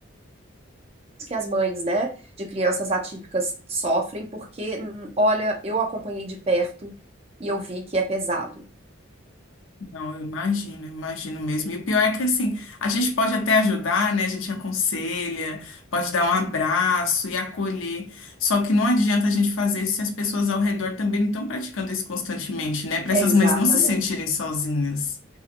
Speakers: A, on the right (about 30°); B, on the left (about 80°).
A: que as mães, né, de crianças atípicas sofrem, porque, hum, olha, eu acompanhei de perto e eu vi que é pesado.
B: Não, eu imagino, eu imagino mesmo. E o pior é que assim, a gente pode até ajudar, né? A gente aconselha, pode dar um abraço e acolher. Só que não adianta a gente fazer isso se as pessoas ao redor também não estão praticando isso constantemente, né? Para
A: É
B: essas
A: exatamente.
B: mães não se sentirem sozinhas.